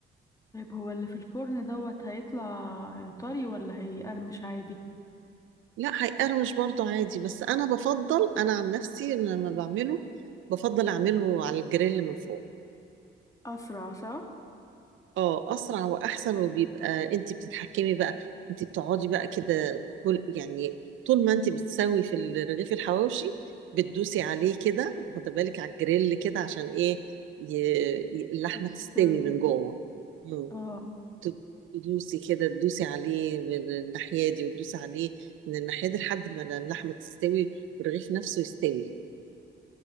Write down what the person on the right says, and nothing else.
لا هيقرمش برضه عادي بس انا بفضل انا عن نفسي لما بعمله بفضل اعمله على الجريل من فوق
اه اسرع واحسن وبيبقى انت بتتحكمي بقى انت بتقعدي بقى كده كل يعني طول ما انت بتسوي في ال- رغيف الحواوشي بتدوسي عليه كده واخده بالك على الجريل كده عشان ايه ي... ي- اللحمه
تستوي من جوه مم.
ت- تدوسي كده تدوسي عليه من الناحيه دي وتدوسي عليه من الناحيه دي لحد ما اللحمه تستوي والرغيف نفسه يستوي